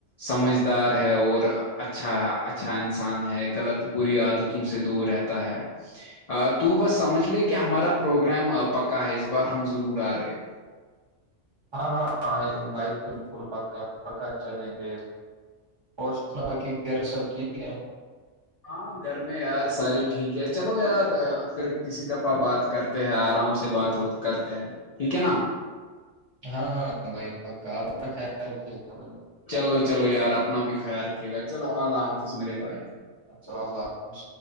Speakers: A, on the left (about 75°); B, on the right (about 25°).
A: سمجھدار ہے اور اچھا اچھا انسان ہے غلط بری عادتوں سے دور رہتا تا ہے تو بس سمجھ لے کہ ہمارا پروگرام پکا ہے اس بار ہم ضرور آ رہے ہیں
B: ہاں ہاں ہاں بائک بکل پکا پکا چل گ اور سنا باقی وغیرہ سب ٹھیک ہے
A: ہاں گھر میں یار سارے ٹھیک ہے چلو یار پھر کسی دفعہ بات کر ہیں آرام سے بات ہو کرتے ہیں ٹھیک ہے نا
B: ہاں ہاں بھائی پکا اپ خیال رکھیے ب
A: چلو چلو یار اپنا بھی خیال رکھے گا چلو اللہ حافظ میرے بھائی
B: اچھا اللہ حافظ